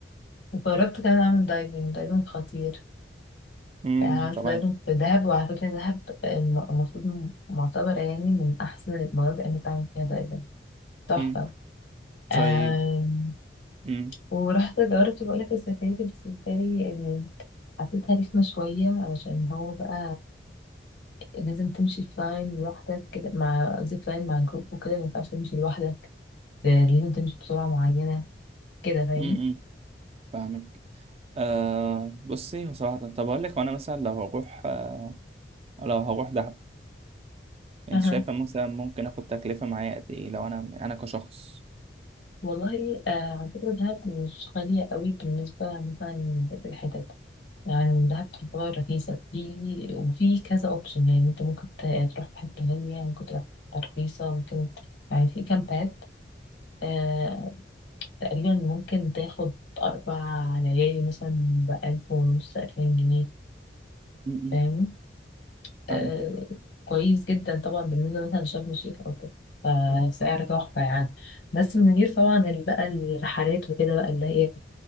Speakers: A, on the left; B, on the right.
A: وجربت كمان أعمل دايفنج دايفنج خطير
B: امم
A: يعني عملت
B: طبعا
A: دايفنج في دهب وعلى فكرة دهب الم- المفروض م- معتبرة يعني من أحسن المناطق اللي تعمل فيها دايفنج تحفة
B: مم.
A: آم،
B: طيب مم.
A: ورحت جربت بقولك السفاري بس السفاري يعني حسيتها رخمة شوية علشان هو بقى لازم تمشي في لاين لوحدك كده مع زيب لاين مع جروب وكده مينفعش تمشي لوحدك ده لازم تمشي بسرعة معينة كده فاهم
B: مم. مم. فاهمك آه بصي هو صراحة طب أقول لك وأنا مثلا لو هروح آه لو هروح دهب أنت
A: أها
B: شايفة مثلا ممكن آخد تكلفة معايا قد إيه لو أنا أنا كشخص
A: والله آه على فكرة دهب مش غالية قوي بالنسبة مثلا للحتت يعني من دهب تعتبر رخيصة في وفي كذا اوبشن يعني انت ممكن ت- تروح في حتة غالية ممكن تروح في حتة رخيصة ممكن ت- يعني في كامبات آه تقريبا ممكن تاخد أربع ليالي مثلا بألف ونص ألفين جنيه
B: مم. مم.
A: فاهم
B: فاهمك
A: آه كويس جدا طبعا بالنسبة مثلا لشرم الشيخ أو كده فسعر تحفة يعني بس من غير طبعا ال- بقى الرحلات وكده بقى اللي هي